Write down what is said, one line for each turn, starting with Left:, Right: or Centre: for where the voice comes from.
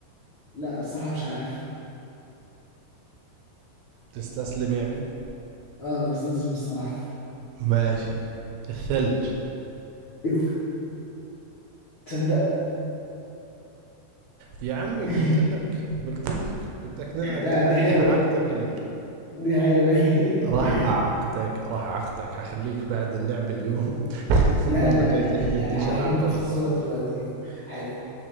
Left: لا الصراحة مش عارف
Right: تستسلم يعني؟
Left: اه بستظلم الصراحة
Right: ماشي الثلج
Left: إيه، تصدق
Right: يا عمي
Left: <laughs>
Right: قلت لك قلت لك بدك نلعب
Left: لا
Right: تحدي
Left: دي حلوة
Right: هعقدك اليوم
Left: دي حلوة
Right: راح
Left: <laughs>
Right: أعقدك راح أعقدك هخليك بعد اللعب اليوم <laughs>
Left: لا
Right: <applause> المرة
Left: لا
Right: الجاية
Left: لا
Right: تحكي
Left: لا لا
Right: بديش ألعب
Left: هجيب لك
Right: بازل
Left: فزورة دلوقتي حلو